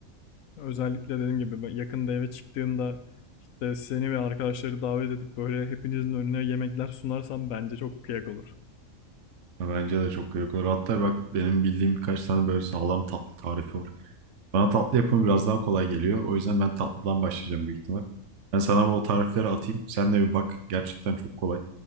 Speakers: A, on the left; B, on the right.
A: Özellikle dediğim gibi ben yakında eve çıktığımda işte seni ve arkadaşları davet edip böyle hepinizin önüne yemekler sunarsam bence çok kıyak olur.
B: Ya Bence de çok gerek olur. Hatta bak benim bildiğim birkaç tane böyle sağlam tatlı tarifi var. Bana tatlı yapımı biraz daha kolay geliyor. O yüzden ben tatlıdan başlayacağım büyük ihtimal. Ben sana bu tarifleri atayım. Sen de bir bak. Gerçekten çok kolay.